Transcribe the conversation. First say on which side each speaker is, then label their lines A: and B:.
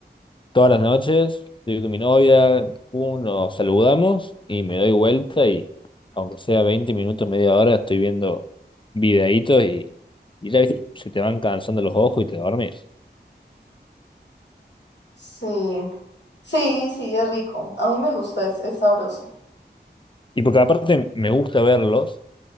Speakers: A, on the left; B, on the left.
A: Todas las noches estoy con mi novia, pum, nos saludamos y me doy vuelta y aunque sea 20 minutos, media hora, estoy viendo videitos y, y ya viste, se te van cansando los ojos y te dormís.
B: Sí. Sí, sí, es rico. A mí me gusta, es, es sabroso.
A: Y porque aparte me gusta verlos,